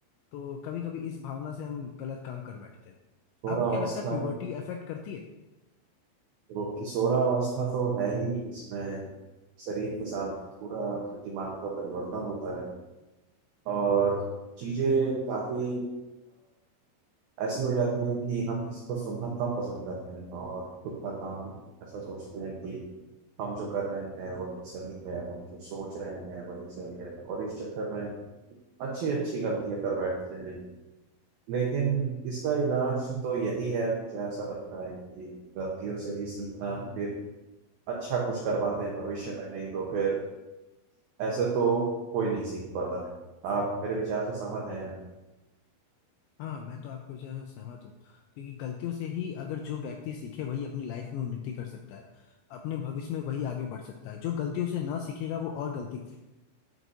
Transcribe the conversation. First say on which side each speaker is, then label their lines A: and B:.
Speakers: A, on the left; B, on the right.
A: तो कभी कभी इस भावना से हम गलत काम कर बैठते हैं
B: सोरा
A: आपको क्या
B: अवस्था
A: लगता है प्यूबर्टी अफेक्ट करती है
B: रो- सोरा अवस्था तो है ही इसमें शरीर के साथ पूरा दिमाग का परिवर्तन होता है और चीजें काफी ऐसी हो जाती है कि हम किसी को सुनना कम पसंद करते हैं और खुद का काम ऐसा सोचते हैं कि हम जो कर रहे हैं वही सही है हम जो सोच रहे हैं वही सही है और इस चक्कर में अच्छी अच्छी गलतियां कर बैठते हैं लेकिन इसका इलाज तो यही है मुझे ऐसा लगता है कि गलतियों से ही सीखना फिर अच्छा कुछ कर पाते हैं भविष्य में नहीं तो फिर ऐसे तो कोई नहीं सीख पाता आप मेरे विचार से सहमत हैं
A: हाँ मैं तो आपके वजह से सहमत हूँ क्योंकि गलतियों से ही अगर जो व्यक्ति सीखे वही अपनी लाइफ में उन्नति कर सकता है अपने भविष्य में वही आगे बढ़ सकता है जो गलतियों से ना सीखेगा वो और गलती करेगा